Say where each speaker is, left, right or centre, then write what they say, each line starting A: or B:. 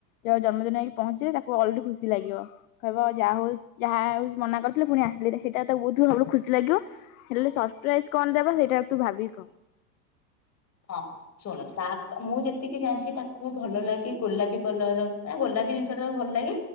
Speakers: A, on the left; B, on the left.
A: ଯ ଜନ୍ମଦିନ ହେଇକି ପହଞ୍ଚିଲେ ତାକୁ <inaudible> ଖୁସି ଲାଗିବ କହିବ ଯାହା ହଉ ଯାହା ହଉ ମନା କରିଥିଲେ ପୁଣି ଆସିଲେ ସେଇଟା ତ ବହୁତ ସବୁ ଖୁସି ଲାଗିବ ହେଲେ ସରପ୍ରାଇଜ୍ କଣ ଦବା ସେଇଟା ତୁ ଭାବିକ?
B: ହଁ। ଶୁଣ ତା ମୁଁ ଯେତିକି ଜାଣିଛି ତାକୁ ଭଲ ଲାଗେ ଗୋଲାପୀ କଲର ମ ଗୋଲାପୀ ଜିନିଷ ତାକୁ ଭଲ ଲାଗେ